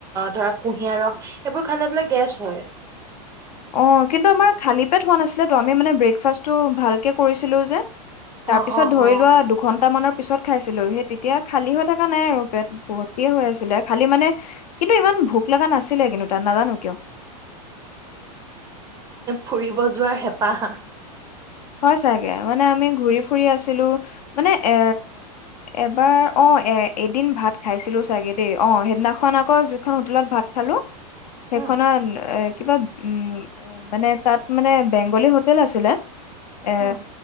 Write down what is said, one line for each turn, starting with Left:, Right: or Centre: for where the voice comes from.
Right: ধৰ কুঁহিয়াৰ ৰস সেইবোৰ খালে বোলে গেছ হয়।
Left: অ কিন্তু আমাৰ খালী পেট হোৱা নাছিলে আমি মানে ব্ৰেকফাষ্টটো ভালকে কৰিছিলো যে।
Right: অ',
Left: তাৰ পিছত
Right: অ',
Left: ধৰি
Right: অ'।
Left: লোৱা দুঘন্টামানৰ। পিছত খাইছিলো, সেই তেতিয়া খালী হৈ থকা নাই আৰু, পেট ভৰ্তিয়ে হৈ আছিলে খালী মানে কিন্তু ইমান ভোক লগা নাছিলে কিন্তু। তাত নাজানো কিয়
Right: ফুৰিব যোৱাৰ হেঁপাহ।
Left: হয় চাগে, মানে আমি ঘূৰি ফুৰি আছিলো, মানে এ এবাৰ অ এ এদিন ভাত খাইছিলো চাগে দেই, অ সেইদিনাখন আকৌ যিখন হোটেলত ভাত খালোঁ। সেইখনত
Right: উম,
Left: এ কিবা উম মানে তাত মানে বেংগলী হোটেল আছিলে এ
Right: উম,